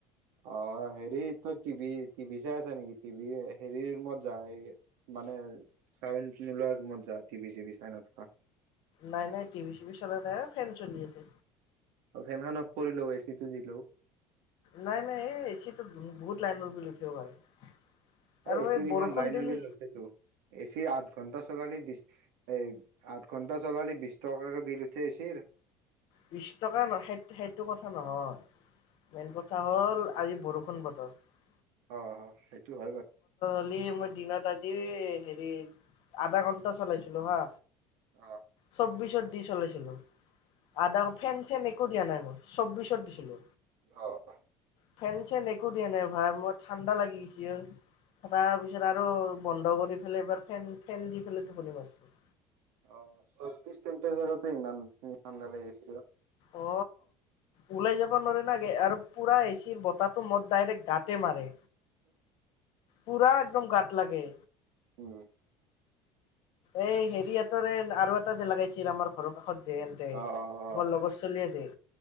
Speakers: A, on the right (about 75°); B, on the left (about 65°).
A: অ হেৰি তই টিভি টিভি চাই আছ নেকি টিভি হেৰিৰ মত যায় এ মানে চাউণ্ড নোলোৱা ৰুমত যা টিভি চিভি চাই নাথকা
B: নাই নাই টিভি চিভি চলাই নাই অ ফেন চলি আছে
A: অ ফেন খন অফ কৰি ল এ চিটো দি লও
B: নাই নাই এই এ চিটো বহুত লাইনৰ বিল উঠে ভাই আৰু
A: এ এ চিৰ
B: এই
A: ইমান
B: বৰষুণ
A: লাইনৰ
B: দিলি
A: বি লৈছেতো এচি আঠ ঘণ্টা চলালি বি, এই আঠ ঘন্টা চলালে বিশ টকাকে বিল উঠি আহ,
B: বিশ টকা নহয় সেইটো কথা নহয় মেইন কথা হ'ল আজি বৰষুণ বতৰ, <unintelligible>
A: অ সেইটো হয় বাৰু
B: কালি মই দিনত আজি হেৰি আধা ঘন্টা চলাইছিলো হা,
A: অ
B: চৌবিশত, কি চলাইছিল। আদা ফেন চেন একো দিয়া নাই মই। চৌবিশত দিছিলো।
A: অ অ,
B: ফেন চেন একো দিয়া নাই ভাই মই ঠাণ্ডা লাগিছে তাৰপিছত আৰু বন্ধ কৰিদিলে ফেন ফেন দি টোপনি মাৰছো।
A: অ ছবিছ তেম্পেচাৰতে ইমান? ঠাণ্ডা লাগি গিছিলঃ।
B: অ ওলাই যাব নৰে নাগে আৰু পুৰা এচিৰ বতাহটো মদ ডাইৰেক্ট গাতে মাৰে। পুৰা একদম গত লাগে।
A: উম,
B: এই হেৰিহঁতৰ আৰু এটা যে লগাগাইছিল আমাৰ ঘৰৰ কাষত যে এন্তে
A: অ', অ',
B: আমাৰ লগৰ ছোৱালী এ যে?